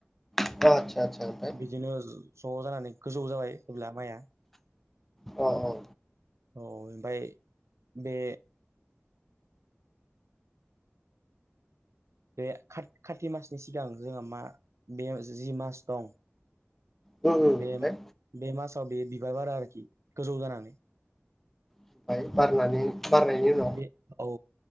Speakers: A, in the centre; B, on the right.
A: अ आतसा आतसा <unintelligible>
B: बिदिनो ज' जानानै गोजौ जाबाय अब्ला माइया।
A: अ औ।
B: औ ओमफाय बे बे खात खाति मासनि सिगां जोंहा मा बे जि मास दं
A: उम उम ओमफ्राय
B: बे बे मासाव बे बिबार बारो आरोखि गोजौ जानानै।
A: ओमफ्राय बारनानै बारनायनि <unintelligible>
B: बे औ